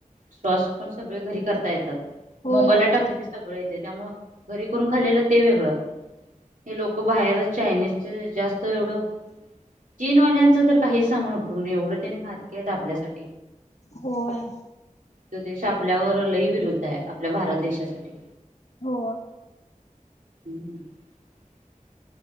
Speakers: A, on the right; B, on the left.
A: सॉस पण सगळे घरी करता येतात.
B: होय
A: मोबाईलला
B: होय.
A: टाकले की सगळ येते त्यामुळे घरी करून खालेलं ते वेगळं हे लोक बाहेरच चायनीजचे जास्त एवढं. चीन वाल्यांचं तर काहीच सांगू नकतो एवढं त्याने घातक आहेत आपल्यासाठी
B: होय
A: त देश आपल्यावरलही विरुद्ध आहे आपल्या भारत देशासाठी.
B: हो
A: <inaudible>